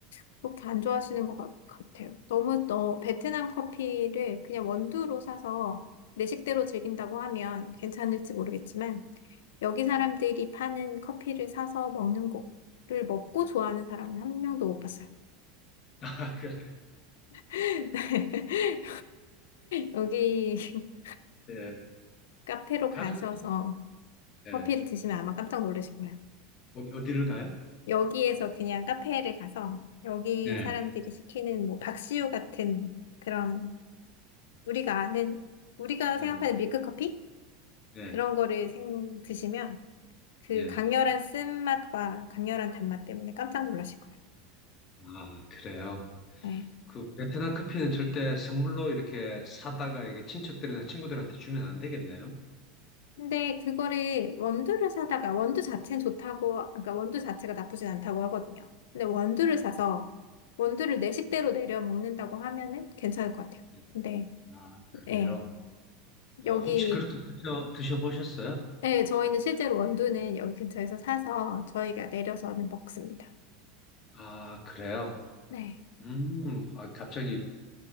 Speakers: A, on the left; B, on the left.
A: 그렇게 안 좋아하시는 것 같- 같아요. 너무 너 베트남 커피를 그냥 원두로 사서 내 식대로 즐긴다고 하면 괜찮을지 모르겠지만 여기 사람들이 파는 커피를 사서 먹는 거를 먹고 좋아하는 사람은 한 명도 못 봤어요.
B: <laughs> 아, 그래.
A: <laughs> 여기 <laughs>
B: 예.
A: 카페로
B: 가족,
A: 가셔서
B: 예.
A: 커피를 드시면 아마 깜짝 놀라실 거예요.
B: 어디- 어디를 가요?
A: 여기에서
B: 그-
A: 그냥 카페를 가서 여기
B: 예.
A: 사람들이 시키는 뭐 박시우 같은 그런 우리가 아는 우리가 생각하는
B: 음,
A: 밀크커피
B: 예.
A: 그런 거를 생, 드시면 그
B: 예.
A: 강렬한 쓴맛과 강렬한 단맛 때문에 깜짝 놀라실 거예요.
B: 아, 그래요.
A: 네.
B: 그 베트남 커피는 절대 선물로 이렇게 사다가 이게 친척들이나 친구들한테 주면 안 되겠네요.
A: 근데 그거를 원두를 사다가 원두 자체는 좋다고 그러니까 원두 자체가 나쁘진 않다고 하거든요. 근데 원두를
B: 아,
A: 사서 원두를 내 식대로 내려 먹는다고 하면은 괜찮을 것 같아요.
B: 예.
A: 근데
B: 아, 그래요?
A: 네
B: 어,
A: 여기
B: 혹시 그렇게 드셔, 드셔보셨어요?
A: 네, 저희는 실제로 원두는 여기 근처에서 사서 저희가 내려서는 먹습니다.
B: 아, 그래요?
A: 네.
B: 음, 아, 갑자기